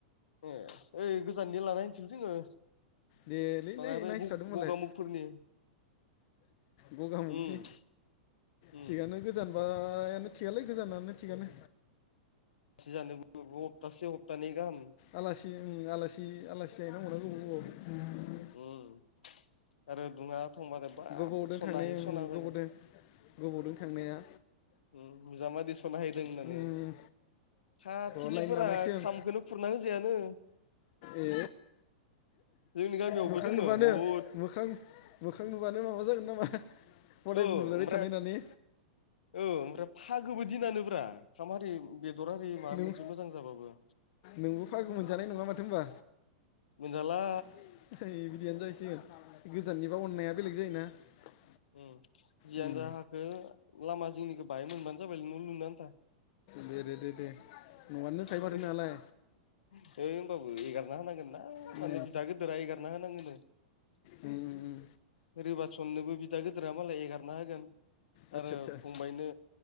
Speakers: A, on the left; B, on the left.
A: ए ओइ गोजाननिया लानाय होनसैलै जोङो
B: देलै
A: बाङाय
B: ने
A: बे
B: नायस्रादो होनबालाय
A: गगामुगफोरनि
B: ग'गा मुगनि
A: उम उम
B: थिगानो गोजान बायानो थिगालै गोजानानो थिगानो
A: थि जानो हप्तासे हपथानै गाहाम
B: आलासि ओं आलासि आलासि जाहै नांगौना गोबाव गोबाव
A: उम आरो दुङा बुंबाथाय बाब
B: गोबाव गोबावदों
A: स'नाहै
B: थांनाय ओं
A: स'ना
B: गोबावदों
A: बायगोन
B: गोबावदों थांनाया
A: उम नोंजामादै सनाहैदों होननानै
B: उम
A: साथिनिफोरा
B: र' लाइन लानांसिगोन
A: खामखोनो खुरना होजायानो।
B: ए
A: जोंनि गामियावबो
B: मोखां
A: दोङो
B: नुबानो
A: बहुद
B: मोखां खां नुबानो माबा जागोन नामा? हदायबो
A: औ ओमफ्राय
B: नुलायबाय थानाय होननानै
A: औ ओमफ्राय फागोबो दिनानोब्रा खामारि बेदर हारि माबा
B: नों
A: मोनसे मोजां जाबाबो
B: नोंबो फायग' मोनजानाय नङा माथो होनबा।
A: मोनजाला
B: <inaudible>
A: उम उम जियानो
B: उम
A: जा हाखो लामा जिंनिखौ बाहाय मोनबानो जाबायलै न' लुनो आनथा।
B: दे दे दे न'आनो दंखायो
A: <unintelligible>
B: माथो नोंहालाय
A: ओ होमबाबो एंगारना होनांगोन ना
B: उम
A: माने बिदा गोद गोदोरा एगारना होनांगोनो।
B: उम उम उम
A: रिबातसननोबो बिदा गिदोरा मालाय एगारना होगोन।
B: आदसा
A: आरो
B: आदसा
A: फंबायनो